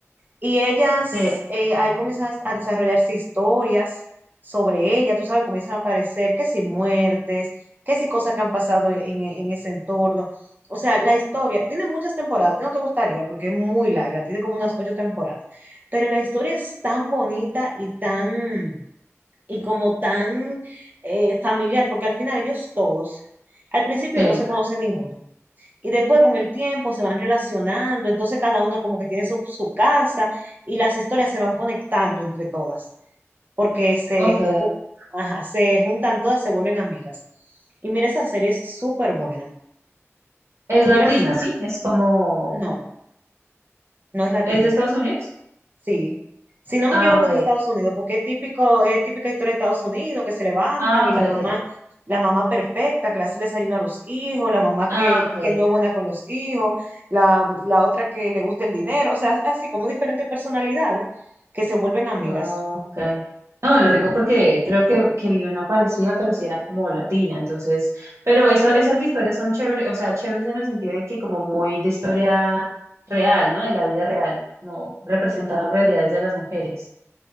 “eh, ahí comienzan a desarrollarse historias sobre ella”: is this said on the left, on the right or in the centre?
Right